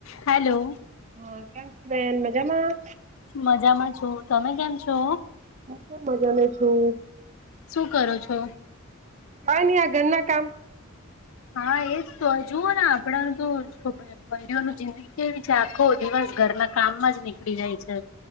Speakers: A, on the left; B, on the right.
A: Hello.
B: હા કેમ છે, બેન મજામાં?
A: મજામાં છું તમે કેમ છો?
B: હું પણ મજામેં છું.
A: શું કરો છો?
B: કઈની આ ઘરના કામ
A: હા એજ તો જુ હો ને આપડા તો <unintelligible> બયરીઓ નુ જિંદગી કેવી છે, આખો દિવસ ઘરના કામમાં જ નીકળી જાય છે.